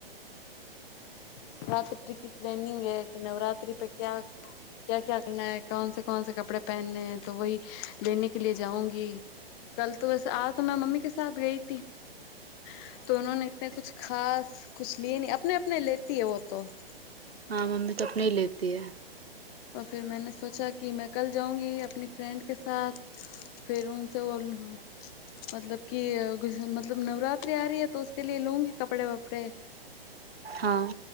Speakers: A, on the left (about 25°); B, on the right (about 80°).
A: <unintelligible> <unintelligible> <unintelligible> ખાસ <unintelligible>
B: હા મમ્મી તો આપને હિ લેતી હૈ
A: <unintelligible> <unintelligible> મતલબ <unintelligible>
B: હા